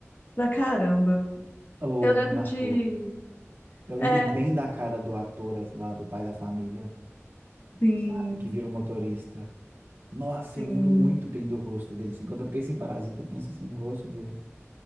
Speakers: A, on the left; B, on the right.
A: pra caramba.
B: Oh,
A: Eu lembro
B: me marcou.
A: de.
B: Eu lembro
A: É,
B: bem da cara do ator lá do pai da família,
A: sim,
B: sabe? Que vira o motorista. Nossa,
A: sim.
B: eu lembro muito bem do rosto dele, assim. Quando eu penso em parasita, eu penso assim no rosto dele.